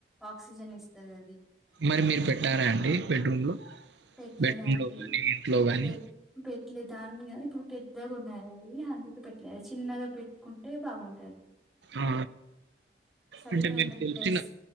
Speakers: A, in the centre; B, on the right (about 80°).
A: ఆక్సిజన్ ఇస్తది అది
B: మరి మీరు పెట్టారా అండి బెడ్రూమ్ లో
A: పెట్టలేదండి
B: బెడ్రూమ్ లో గానీ ఇంట్లో గాని
A: పే పే పెట్లేదు దాన్ని ఇప్పుడు పెద్దగా ఉన్నది అది అందుకు పెట్టలేదు చిన్నగా పెట్టుకుంటే బాగుంటాది
B: ఆ
A: సరిపోనంత
B: అంటే మీరు తెలిసిన
A: ప్లేస్